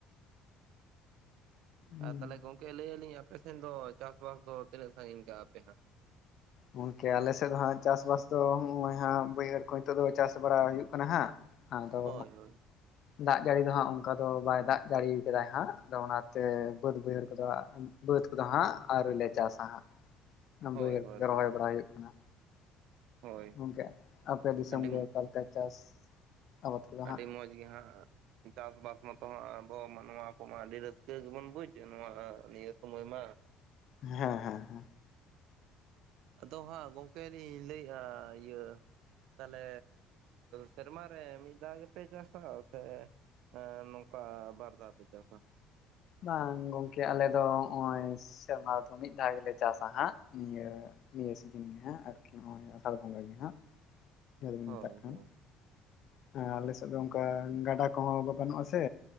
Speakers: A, on the left (about 55°); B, on the right (about 75°).
A: ᱦᱩᱸ
B: ᱟᱨ ᱛᱟᱦᱞᱮ ᱜᱚᱝᱠᱮ ᱞᱟᱹᱭᱮᱜ ᱟᱞᱤᱧ ᱟᱯᱮ ᱥᱮᱱ ᱫᱚ ᱪᱟᱥᱵᱟᱥ ᱫᱚ ᱛᱤᱱᱟᱹᱜ ᱥᱟᱸᱜᱤᱧ ᱠᱟᱜᱼᱟ ᱯᱮ ᱦᱟᱸᱜ᱾
A: ᱜᱚᱝᱠᱮ ᱟᱞᱮ ᱥᱮᱫ ᱫᱚ ᱦᱟᱸᱜ ᱪᱟᱥ ᱵᱟᱥ ᱫᱚ ᱦᱚᱸᱜ-ᱚᱭ ᱦᱟᱸᱜ ᱵᱟᱹᱭᱦᱟᱹᱲ ᱠᱚ ᱱᱤᱛᱚᱜ ᱫᱚ ᱪᱟᱥ ᱵᱟᱲᱟ ᱦᱩᱭᱩᱜ ᱠᱟᱱᱟ ᱦᱟᱸᱜ᱾ ᱟᱫᱚ᱾
B: ᱦᱳᱭ ᱦᱳᱭ᱾
A: ᱫᱟᱜ ᱡᱟᱲᱤ ᱫᱚ ᱦᱟᱸᱜ ᱚᱱᱠᱟ ᱫᱚ ᱵᱟᱭ ᱫᱟᱜ ᱡᱟᱲᱤᱭ ᱠᱟᱫᱟᱭ ᱦᱟᱸᱜ ᱟᱫᱚ ᱚᱱᱟᱛᱮ ᱵᱟᱹᱫᱽ ᱵᱟᱹᱭᱦᱟᱹᱲ ᱠᱚᱫᱚ᱾ ᱵᱟᱹᱫᱽ ᱠᱚᱫᱚ ᱦᱟᱸᱜ ᱟᱣᱨᱤ ᱞᱮ ᱪᱟᱥ-ᱟ ᱦᱟᱸᱜ
B: ᱦᱳᱭ
A: ᱵᱟᱹᱭᱦᱟᱹᱲ
B: ᱦᱳᱭ
A: ᱠᱚᱜᱮ ᱨᱚᱦᱚᱭ
B: ᱦᱳᱭ
A: ᱵᱟᱲᱟ ᱦᱩᱭᱩᱜ ᱠᱟᱱᱟ᱾
B: ᱦᱳᱭ
A: ᱜᱚᱝᱠᱮ ᱟᱯᱮ ᱫᱤᱥᱚᱢ
B: ᱟᱹᱰᱤ
A: ᱜᱮ ᱚᱠᱟ ᱞᱮᱠᱟ ᱪᱟᱥ᱾ ᱟᱵᱟᱫ ᱠᱚᱫᱚ
B: ᱟᱰᱤ
A: ᱦᱟᱸᱜ?
B: ᱢᱚᱸᱡᱽ ᱜᱮ ᱦᱟᱸᱜ᱾ ᱪᱟᱥᱵᱟᱥ ᱢᱚᱛᱚ ᱦᱟᱸᱜ ᱟᱵᱚ ᱱᱚᱣᱟ ᱠᱚᱢᱟ ᱟᱹᱰᱤ ᱨᱟᱹᱥᱠᱟᱹ ᱜᱮᱵᱚᱱ ᱵᱩᱡᱽ ᱱᱚᱣᱟ ᱱᱤᱭᱟᱹ ᱥᱳᱢᱚᱭ ᱢᱟ᱾
A: ᱦᱮᱸ ᱦᱮᱸ ᱦᱮᱸ᱾
B: ᱟᱫᱚ ᱦᱟᱸᱜ ᱜᱚᱝᱠᱮ ᱞᱤᱧ ᱞᱟᱹᱭᱮᱜᱼᱟ ᱤᱭᱟᱹ᱾ ᱛᱟᱦᱞᱮ ᱥᱮᱨᱢᱟ ᱨᱮ ᱢᱤᱫ ᱫᱷᱟᱣ ᱜᱮᱯᱮ ᱪᱟᱥᱟ ᱥᱮ᱾ ᱮᱸ ᱱᱚᱝᱠᱟ ᱵᱟᱨ ᱫᱷᱟᱣ ᱯᱮ ᱪᱟᱥᱟ᱾
A: ᱵᱟᱝ ᱜᱚᱝᱠᱮ ᱟᱞᱮ ᱫᱚ ᱚᱸᱜᱼᱚᱭ ᱥᱮᱨᱢᱟ ᱨᱮᱫᱚ ᱢᱤᱫ ᱫᱷᱟᱣ ᱜᱮᱞᱮ ᱪᱟᱥᱟ ᱦᱟᱸᱜ ᱱᱤᱭᱟᱹ᱾ ᱱᱤᱭᱟᱹ ᱥᱤᱡᱤᱱ ᱜᱮ ᱦᱟᱸᱜ ᱟᱨᱠᱤ ᱱᱚᱜᱼᱚᱭ ᱟᱥᱟᱲ ᱵᱚᱸᱜᱟ ᱜᱮ ᱦᱟᱸᱜ ᱡᱟᱦᱟ ᱫᱚᱵᱚᱱ
B: ᱦᱳᱭ
A: ᱢᱮᱛᱟᱜ ᱠᱟᱱ᱾
B: ᱦᱳᱭ᱾
A: ᱦᱮᱸ ᱟᱞᱮ ᱥᱮᱫ ᱫᱚ ᱚᱱᱠᱟ ᱜᱟᱰᱟ ᱠᱚᱦᱚᱸ ᱵᱟᱹᱱᱩᱜ-ᱟ ᱥᱮ᱾